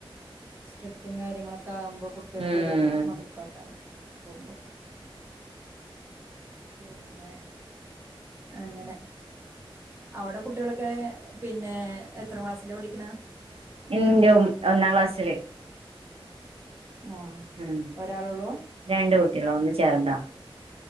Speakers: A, on the right; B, on the right.
A: സ്ട്രിക്റ്റും കാര്യങ്ങളൊക്കാവുമ്പോ കുട്ടിയൾക്കൊരു
B: ഉം
A: മടുപ് പ്പക്ക പൊവുമ്പോ പിന്നെ അങ്ങനെ അവിടെ കുട്ടികളൊക്കെ പിന്നെ എത്രാം ക്ലാസ്സിലാ പഠിക്കണ
B: <unintelligible> ഒന്നാം ക്ലാസ്സില്
A: ആഹ്
B: ഹ്മ്മ്
A: ഒരാളൊള്ളൂ
B: രണ്ട് കുട്ടികളാ, ഒന്ന് ചെർതാ